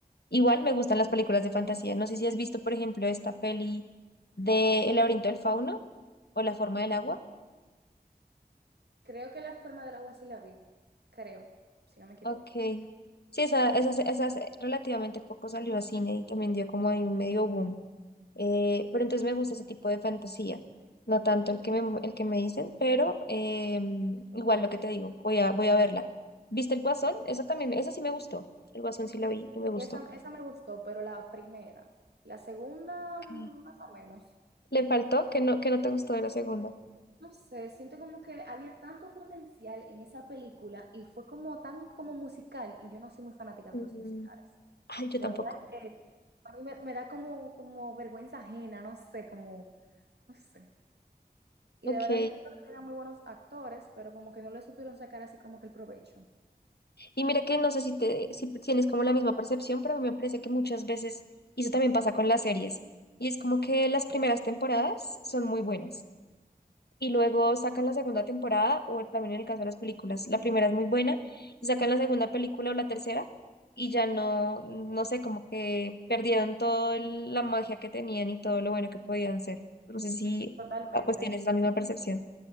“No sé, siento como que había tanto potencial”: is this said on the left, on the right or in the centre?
Right